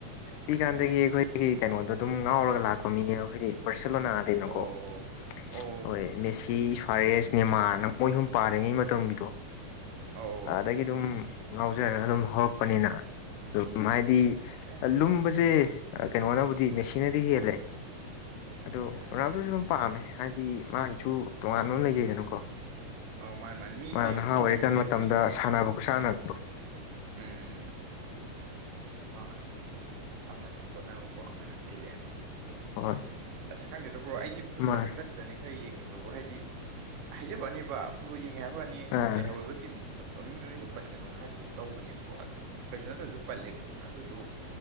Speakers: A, on the left (about 80°); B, on the right (about 70°).
A: ꯄꯤꯀꯥꯟꯗꯒꯤ ꯑꯩꯈꯣꯏꯒꯤ ꯀꯩꯅꯣꯗꯣ ꯑꯗꯨꯝ ꯉꯥꯎꯔꯒ ꯂꯥꯛꯄ ꯃꯤꯅꯦ ꯑꯩꯈꯣꯏꯗꯤ ꯕꯔꯁꯦꯂꯣꯅꯥ ꯂꯩꯅꯨꯀꯣ
B: ꯑꯣ
A: <unintelligible>
B: ꯑꯣ
A: ꯍꯣꯏ ꯃꯦꯁꯤ ꯁꯔꯦꯁ ꯅꯤꯃꯥꯔ ꯅꯪ ꯃꯣꯏ ꯁꯨꯝ ꯄꯥꯔꯤꯉꯩ ꯃꯇꯝꯒꯤꯗꯣ
B: ꯑꯣ ꯑꯣ
A: ꯑꯗꯒꯤ ꯑꯗꯨꯝ ꯉꯥꯎꯖꯔꯒ ꯑꯗꯨꯝ ꯍꯧꯔꯛꯄꯅꯤꯅ ꯑꯗꯨꯝ
B: ꯑꯣ
A: ꯍꯥꯏꯗꯤ
B: ꯁꯀꯥꯏ
A: ꯂꯨꯝꯕꯁꯦ ꯀꯩꯅꯣꯅꯕꯨꯗꯤ ꯃꯦꯁꯤꯅꯗꯤ ꯍꯦꯜꯂꯦ ꯑꯗꯣ
B: ꯎꯝ
A: ꯔꯅꯥꯥꯜꯗꯨꯁꯨ ꯑꯗꯨꯝ ꯄꯥꯝꯃꯦ ꯍꯥꯏꯗꯤ ꯃꯥꯒꯤꯁꯨ ꯇꯣꯉꯥꯟꯕ ꯑꯃ ꯂꯩꯖꯩꯗꯅꯀꯣ
B: ꯑ ꯃꯥꯅꯤ ꯃꯥꯅꯤ ꯃꯤꯒꯤ
A: ꯃꯥꯅ ꯅꯍꯥ
B: ꯃꯤ
A: ꯑꯣꯏꯔꯤꯀꯥꯟ
B: ꯃꯤꯒꯤ
A: ꯃꯇꯝꯗ
B: ꯑꯗꯨꯅꯤꯗ ꯑꯃ
A: ꯁꯥꯟꯅꯕ ꯈꯨꯁꯥꯟꯅꯗꯣ
B: ꯎꯝ ꯃꯥ ꯑꯃꯅ ꯍꯣꯠꯅꯕꯀꯣ ꯑꯃꯅ ꯇꯦꯂꯦꯟ
A: ꯍꯣꯏ
B: ꯑꯁ ꯈꯪꯗꯦꯗꯕ꯭ꯔꯣ ꯑꯩꯗꯤ ꯐꯨꯠꯕꯣꯜꯁꯦ
A: ꯃꯥꯅꯦ
B: ꯍꯟꯗꯛ ꯇꯅꯤ ꯈꯔ ꯌꯦꯡꯉꯤꯕꯕꯨꯣ ꯍꯥꯏꯗꯤ ꯍꯥꯏꯖꯕꯑꯅꯦꯕ ꯐꯨꯠꯕꯣꯜ ꯌꯦꯡꯉꯦ ꯍꯥꯏꯕꯅꯤ
A: ꯑꯥ
B: ꯂꯩꯍꯧꯔꯕ ꯇꯤꯝ ꯃꯃꯤꯡ ꯃꯃꯤꯡꯅ ꯄꯟꯒꯅꯣ ꯍꯥꯏꯒꯨꯝꯗꯨ ꯇꯧꯕꯅꯦꯕꯀꯣ ꯑꯗꯨ ꯀꯩꯁꯨ ꯅꯠꯇ꯭ꯔꯁꯨ ꯄꯜꯂꯦ ꯑꯗꯨꯁꯨ